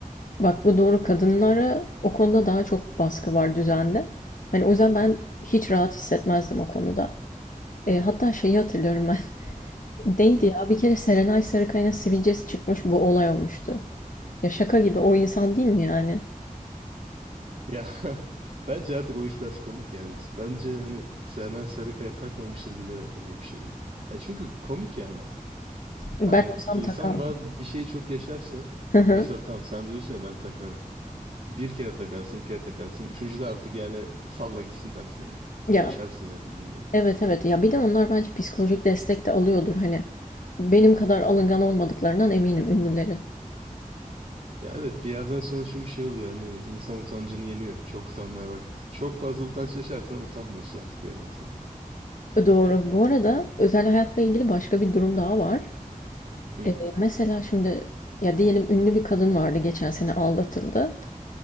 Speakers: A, on the left; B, on the right.
A: Bak bu doğru kadınlara o konuda daha çok baskı var düzende. Hani o yüzden ben hiç rahat hissetmezdim o konuda. E, hatta şeyi hatırlıyorum ben <laughs> Değildi
B: Hmm.
A: ya. Bir kere Serenay Sarıkaya'nın sivilcesi çıkmış bu olay olmuştu. Ya şaka gibi o insan değil mi yani?
B: Ya <laughs> bence artık o iş biraz komik yani. Bence hani Sena Sarıkaya takmamıştır bile o şeyi. Ya çünkü komik yani artık.
A: Ben
B: Hani
A: olsam
B: insan
A: takardım.
B: bazı bir şeyi çok yaşarsa
A: <laughs> Hı hı.
B: mesela tamam sen diyorsun ya ben takardım. Bir kere takarsın, iki kere takarsın. Üçüncü de artık yani salla gitsin dersin ya.
A: Ya
B: Yaşarsın yani bildiğin gibi.
A: evet evet ya bir de onlar bence psikolojik destek de alıyordur hani. Benim kadar alıngan olmadıklarından eminim ünlülerin.
B: Ya evet bir yerden sonra çünkü şey oluyor hani insan utancını yeniyor. Çok utanmaya baş... Çok fazla utanç yaşarsan utanmıyorsun artık bir yerden sonra.
A: E, Doğru. Bu arada özel hayatla ilgili başka bir durum daha var.
B: Hı
A: Ee,
B: hı.
A: mesela şimdi ya diyelim ünlü bir kadın vardı geçen sene aldatıldı.